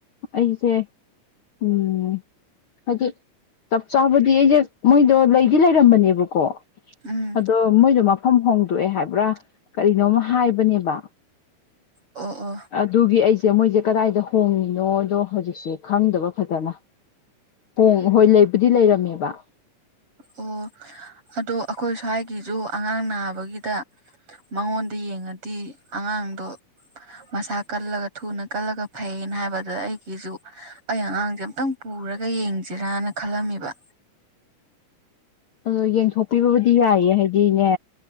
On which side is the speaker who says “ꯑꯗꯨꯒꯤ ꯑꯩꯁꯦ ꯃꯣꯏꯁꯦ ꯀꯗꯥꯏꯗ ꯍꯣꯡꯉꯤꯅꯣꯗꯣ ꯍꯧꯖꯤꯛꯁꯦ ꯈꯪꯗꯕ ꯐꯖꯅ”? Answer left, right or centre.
Left